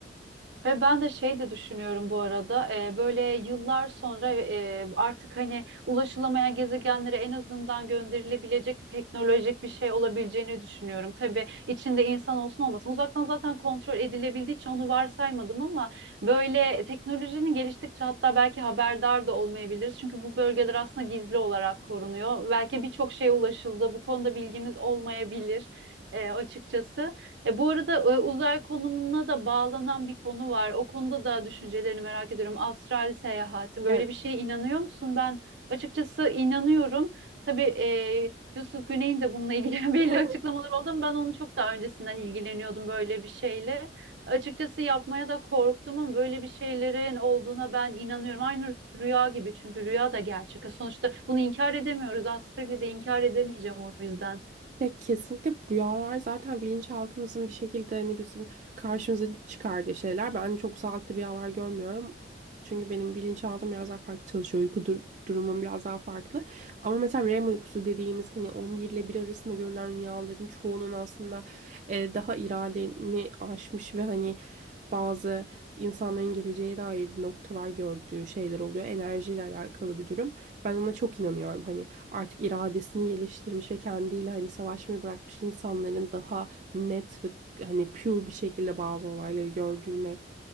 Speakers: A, on the right; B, on the right.
A: Ve ben de şey de düşünüyorum bu arada e, böyle yıllar sonra e, artık hani ulaşılamayan gezegenlere en azından gönderilebilecek bir teknolojik bir şey olabileceğini düşünüyorum. Tabii içinde insan olsun olmasın uzaktan zaten kontrol edilebildiği için onu varsaymadım ama böyle teknolojinin geliştikçe hatta belki haberdar da olmayabiliriz. Çünkü bu bölgeler aslında gizli olarak korunuyor. Belki birçok şeye ulaşıldı bu konuda bilgimiz olmayabilir e, açıkçası. E, bu arada e, uzay konumuna da bağlanan bir konu var. O konuda da düşüncelerini merak ediyorum. Astral seyahat. Böyle
B: Evet.
A: bir şeye inanıyor musun? Ben açıkçası inanıyorum. Tabii e, Yusuf Güney'in de bununla ilgili <laughs> belli
B: <laughs>
A: açıklamalar oldu ama ben onu çok daha öncesinden ilgileniyordum böyle bir şeyle. Açıkçası yapmaya da korktum ama böyle bir şeylerin olduğuna ben inanıyorum. Aynı rüya gibi çünkü rüya da gerçek. E, Sonuçta bunu inkar edemiyoruz. Astral'i de inkar edemeyeceğim o yüzden.
B: Ya kesinlikle rüyalar zaten bilinçaltımızın bir şekilde hani bizim karşımıza çıkardığı şeyler. Ben çok sağlıklı rüyalar görmüyorum. Çünkü benim bilinçaltım biraz daha farklı çalışıyor. Uyku dur- durumum biraz daha farklı. Ama mesela REM uykusu dediğimiz hani 11 ile 1 arasında görülen rüyaların çoğunun aslında e, daha iradeni aşmış ve hani bazı insanların geleceğe dair noktalar gördüğü şeyler oluyor. Enerjiyle alakalı bir durum. Ben ona çok inanıyorum. Hani artık iradesini geliştirmiş ve kendiyle hani savaşmayı bırakmış insanların daha net ve hani pure bir şekilde bazı olayları gördüğüne